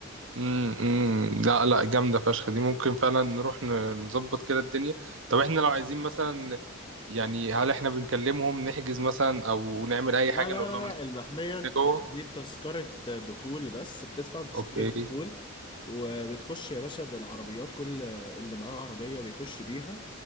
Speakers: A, on the right; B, on the left.
A: مم، مم. لا لا جامدة فشخ دي ممكن فعلا نروح ن- نظبط كده الدنيا طب احنا لو عايزين مثلا يعني هل احنا بنكلمهم نحجز مثلا او نعمل اي حاجة
B: لا لا لا
A: نقول لهم إن
B: لا، المحمية انت
A: إحنا جوه
B: بتجيب تذكرة دخول بس بتدفع تذكرة
A: اوكي
B: دخول وبتخش يا باشا بالعربيات كل اللي معاه عربية بيخش بيها